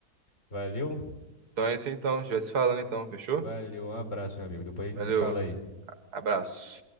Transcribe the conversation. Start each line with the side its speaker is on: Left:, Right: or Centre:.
Left: Valeu?
Right: Então é isso então, a gente vai se falando então, fechou?
Left: Valeu, um abraço, meu amigo. Depois a gente
Right: Valeu,
Left: se fala aí.
Right: abraço.